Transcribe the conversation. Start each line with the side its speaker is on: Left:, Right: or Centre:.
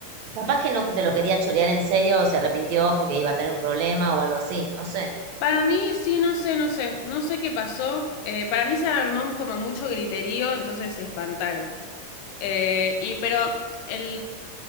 Right: Capaz que no te lo quería chorear en serio o se arrepintió porque iba a tener un problema o algo así, no sé.
Left: Para mí, sí, no sé, no sé, no sé qué pasó. Eh, para mí se armó como mucho griterío, entonces se espantaron. Eh, y pero el,